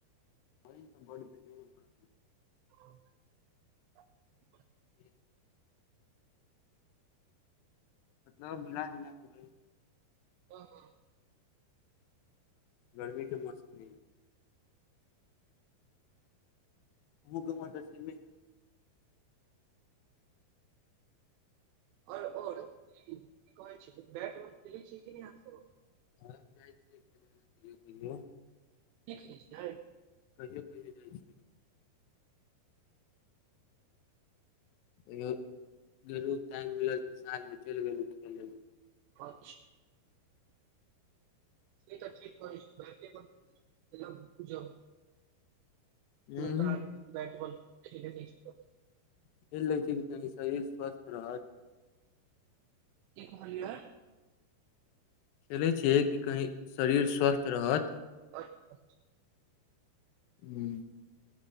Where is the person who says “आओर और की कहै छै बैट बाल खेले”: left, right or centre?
Right